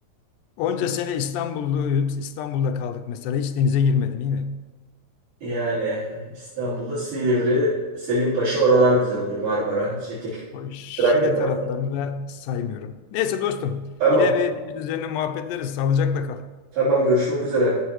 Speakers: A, on the left; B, on the right.
A: Onca sene İstanbulluyum. İstanbul'da kaldık mesela. Hiç denize girmedim iyi mi?
B: Yani İstanbul'da Silivri, Selimpaşa oralar güzel oluyor. Marmara, şey tek
A: O Şile
B: Trakya tarafı.
A: taraflarını da saymıyorum. Neyse dostum.
B: Tamam.
A: Yine bir deniz üzerine muhabbet ederiz. Sağlıcakla kal.
B: Tamam görüşmek üzere.